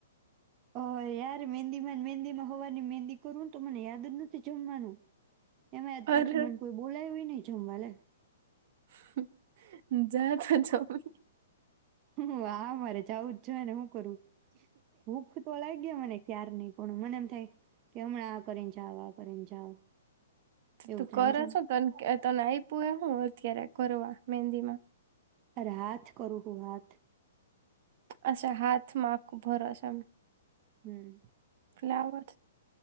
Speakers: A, on the right; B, on the right.
A: હ યાર મહેંદીમાં મહેંદીમાં હોવાની મહેંદી કરું તો મને યાદ જ નથી જમવાનું. એમે પછી
B: અરે
A: મને કોઈ બોલાય હોય નહી. જમવા લે
B: હ. જા તો જમી લે
A: હમ્મ આ હારે જવું જ જોઈને શું કરું. ભૂખ તો લાગે મને ક્યાર ની. પણ મને એમ થાય કે હમણાં આ કરીને જાવ, આ કરીને જાવ. એવું
B: તું
A: થાય
B: કર
A: એમ જાણ
B: છો ને તો એમ કે તો આપ્યું એ હું અત્યારે કરવા મંદી માં?
A: અરે હાથ કરું હું હાથ.
B: અશા હાથ માકુ ભરશ એમ.
A: હમ્મ.
B: માવટ